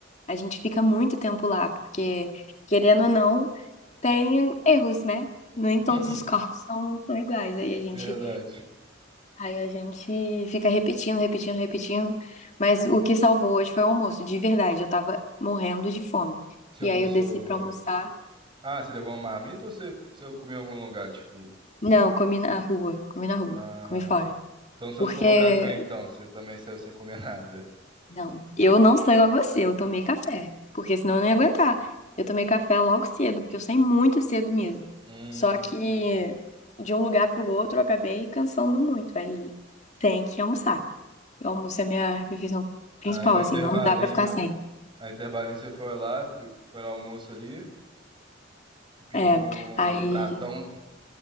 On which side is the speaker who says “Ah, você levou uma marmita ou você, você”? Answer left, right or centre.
Right